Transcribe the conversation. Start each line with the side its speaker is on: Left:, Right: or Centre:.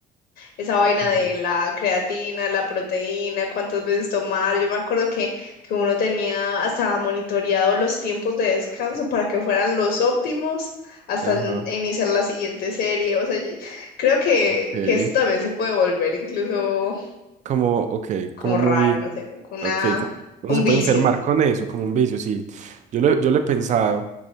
Left: Esa vaina
Right: Ujú.
Left: de la creatina, la proteína, cuántas veces tomar. Yo me acuerdo que, que uno tenía hasta monitoreado los tiempos de descanso para que fueran los óptimos hasta
Right: Ajá.
Left: in- iniciar la siguiente serie. O sea, yo- creo que,
Right: Ok.
Left: que eso también se puede volver incluso
Right: Como, ok,
Left: como
Right: como muy,
Left: raro, no sé, una,
Right: ok. co- Uno
Left: un
Right: se
Left: vicio.
Right: puede enfermar con eso, como un vicio, sí. Yo lo, yo lo he pensado,